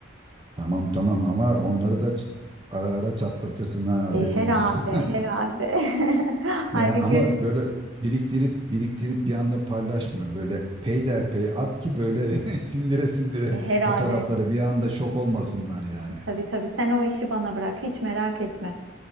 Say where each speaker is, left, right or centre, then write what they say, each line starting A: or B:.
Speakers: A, on the right (about 25°); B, on the right (about 70°).
A: Tamam tamam ama onları da ç- ara ara çatlatırsın ha haberin
B: E, herhalde,
A: olsun. <laughs>
B: herhalde. <laughs> Haydi
A: Yani ama
B: görüş.
A: böyle biriktirip biriktirip bir anda paylaşma böyle peyderpey at ki böyle <laughs> sindire sindire
B: E, herhalde.
A: fotoğrafları bir anda şok olmasınlar yani.
B: Tabii tabii. Sen o işi bana bırak. Hiç merak etme.